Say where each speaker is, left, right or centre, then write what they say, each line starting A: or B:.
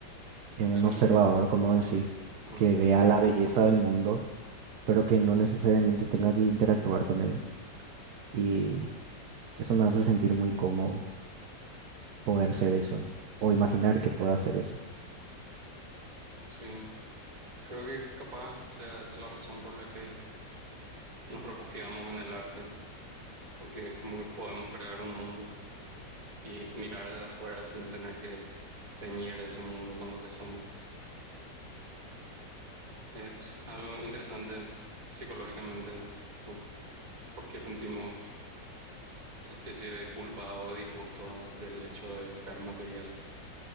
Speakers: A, on the right (about 70°); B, on the right (about 55°).
A: eh, un
B: Alguien,
A: observador, como decís,
B: mm,
A: que vea la belleza del mundo pero que no necesariamente tenga que interactuar con él. Y eso me hace sentir muy cómodo poder ser eso, o imaginar que pueda hacer eso.
B: sí, creo que capaz sea esa la razón por la que nos refugiamos en el arte, porque es como que podemos crear un mundo y mirar desde afuera sin tener que teñir ese mundo con lo que somos. Es algo interesante psicológicamente, tipo, por qué sentimos esa especie de culpa o disgusto del hecho de ser materiales.